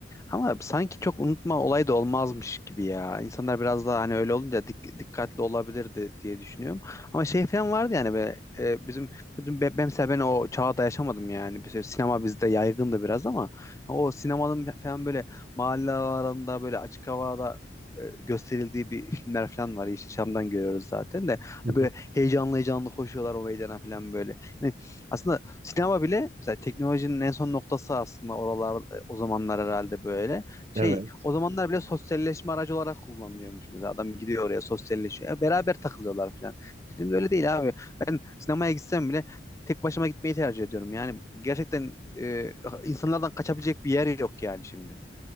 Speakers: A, on the left; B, on the right.
A: Ama sanki çok unutma olayı da olmazmış gibi ya. İnsanlar biraz daha hani öyle olunca dik- dikkatli olabilirdi diye düşünüyorum. Ama şey falan vardı yani be, e, bizim bizim- ben, ben mesela ben o çağda yaşamadım yani. Mesela sinema bizde yaygındı biraz ama o sinemanın falan böyle mahalle aralarında böyle açık havada e, gösterildiği bir filmler falan var. Yeşilçam'dan görüyoruz zaten de. Hani
B: Hı hı.
A: böyle heyecanlı heyecanlı koşuyorlar o meydana falan böyle. Yani aslında sinema bile mesela teknolojinin en son noktası aslında oralar o zamanlar herhalde böyle. Şey
B: Evet.
A: o zamanlar bile sosyalleşme aracı olarak kullanılıyormuş mesela. Adam gidiyor oraya sosyalleşiyor. Ya beraber takılıyorlar falan. Şimdi öyle değil abi. Ben sinemaya gitsem bile tek başıma gitmeyi tercih ediyorum. Yani gerçekten e, insanlardan kaçabilecek bir yer yok yani şimdi.